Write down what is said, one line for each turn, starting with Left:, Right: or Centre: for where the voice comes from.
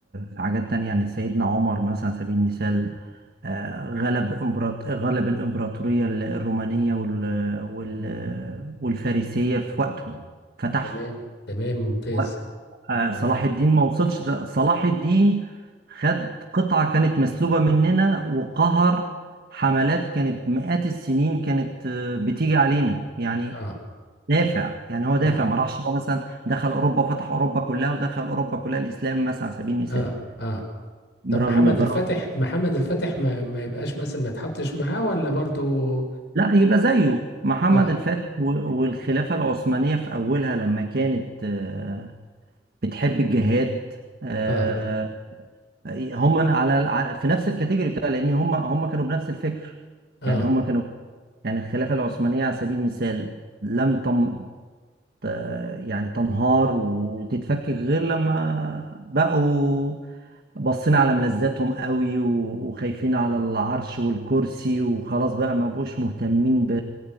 Right: في حاجات تانية يعني سيدنا عمر مثلا على سبيل المثال آه، غلب إمبراط... غلب الإمبراطورية ال- الرومانية وال... وال... والفارسية في وقته فتح
Left: تمام تمام ممتاز
Right: وقته آه، صلاح
Left: تمام
Right: الدين ما وصلش ده صلاح الدين خد قطعة كانت مسلوبة مننا وقهر حملات كانت مئات السنين كانت آه، بتيجي علينا يعني
Left: اه
Right: دافع يعني هو
Left: اه
Right: دافع ما راحش هو مثلا دخل أوروبا وفتح أوروبا كلها ودخل أوروبا كلها الإسلام مثلا على سبيل المثال
Left: اه اه طب
Right: برغم
Left: محمد الفاتح
Right: برغم
Left: محمد الفاتح ما, ما يبقاش مثلا ما يتحطش معاه ولا برضو
Right: لا يبقى زيه محمد
Left: اه
Right: الفاتح و- والخلافة العثمانية في أولها لما كانت آه، بتحب الجهاد آه،
Left: اه
Right: هم على ع- في نفس الكاتيجوري بتاع لأن هم هم كانوا بنفس الفكر
Left: اه
Right: يعني هم كانوا يعني الخلافة العثمانية على سبيل المثال لم تم ت- يعني تنهار وتتفكك غير لما بقوا بصينا على ملذاتهم قوي و- وخايفين على العرش والكرسي وخلاص بقى ما بقوش مهتمين ب